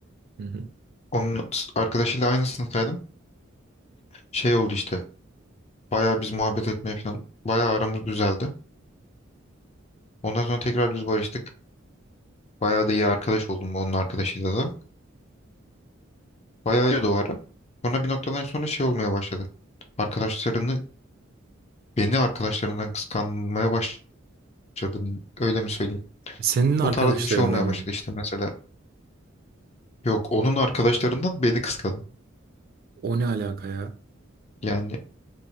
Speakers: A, on the right; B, on the left.
A: Hı hı.
B: Onun s- arkadaşıyla aynı sınıftaydım. Şey oldu işte. Bayağı biz muhabbet etmeye falan. Bayağı aramız düzeldi. Ondan sonra tekrar biz barıştık. Bayağı da iyi arkadaş oldum onun arkadaşıyla da. Bayağı iyi o ara. Sonra bir noktadan sonra şey olmaya başladı. Arkadaşlarını beni arkadaşlarından kıskanmaya başladım. Öyle mi söyleyeyim?
A: Senin arkadaşlarından
B: Bu tarz bir şey olmaya
A: mı?
B: başladı işte mesela. Yok onun arkadaşlarından beni kıskandı.
A: O ne alaka ya?
B: Yani